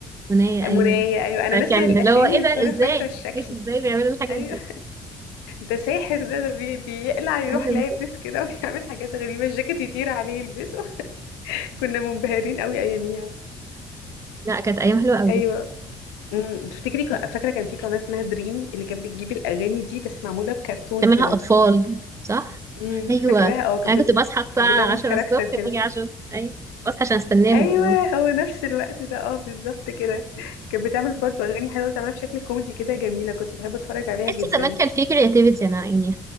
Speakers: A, on the right (about 25°); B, on the left (about 75°).
A: منايا
B: منايه
A: أيوة
B: ايوه انا ناسيه
A: كان
B: الاسامي
A: اللي هو إيه ده
B: بس انا
A: إزاي
B: فاكره الشكل
A: <laughs> إزاي بيعملوا الحاجات
B: ايوه
A: دي
B: ده ساحر ده ده بي- بيقلع يروح
A: أيوة.
B: لابس كده <laughs> وبيعمل حاجات غريبة الجاكيت يطير عليه يلبسه <laughs> كنا منبهرين قوي أياميها
A: لا كانت أيام حلوة أوي
B: أيوة أمم، تفتكري ك- فاكرة كان في قناة اسمها دريم اللي كانت بتجيب الأغاني دي بس معمولة بكرتون
A: كان
B: كده
A: منها أطفال صح؟
B: امم
A: ايوه
B: فاكراها اه كانت
A: انا
B: بت-
A: كنت بصحى
B: كانت
A: بقى
B: بتعمل
A: 10
B: كاركتر
A: الصبح
B: كده
A: باجي 10 ايوه بصحى عشان استناهم
B: أيوة
A: اللي هو
B: هو نفس الوقت ده اه بالظبط كده كانت بتعمل برضه أغاني حلوة بتعملها بشكل كوميدي كده جميلة كنت بحب أتفرج عليها
A: تحس
B: جدا
A: زمان كان في كرياتيفيتي انا يعني